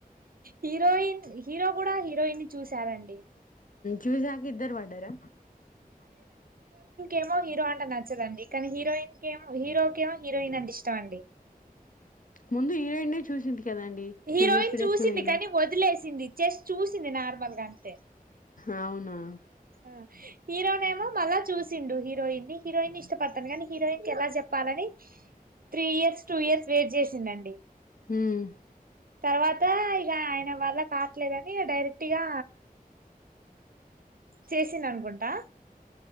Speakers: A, on the right; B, on the left.
A: హీరోయిన్ హీరో కూడా హీరోయిన్ చూశారంండి
B: చూస్యకా ఇద్దరు పడ్డారా
A: ఏమో హీరో అంట నచ్చదండి కానీ హీరోయిన్ క ఏమో హీరోకే ఏమో హీరోయిన్ అంటే ఇష్టం అండి
B: ముందు హీరోయిన్ ఏ చూసింది కదండి
A: హీరోయిన్
B: మీరు చెప్పిన
A: చూసింది
B: స్టోరీలా
A: కానీ వదిలేసి ంది జస్ట్ చూసింది నార్మల్గా అంతే
B: అవునా
A: ఆహ్ హీరోనే ఏమో మళ్ళా చూసిండు హీరోయిన్ని హీరోయిన్ ఇష్టపడతాను కానీ హీరోయిన్ కి ఎలా చెప్పాలని three years two years wait చేసిండండి.
B: ఉమ్
A: తర్వాత ఇక ఆయన వల్ల కాట్లేదని డైరెక్ట్గా చేసింది అనుకుంటా.